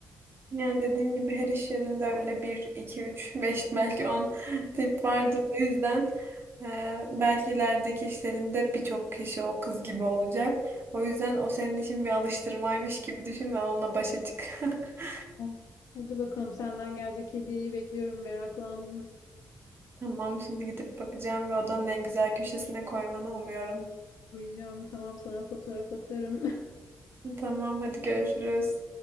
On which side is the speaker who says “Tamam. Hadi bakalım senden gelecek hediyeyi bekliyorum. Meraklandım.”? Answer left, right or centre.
Left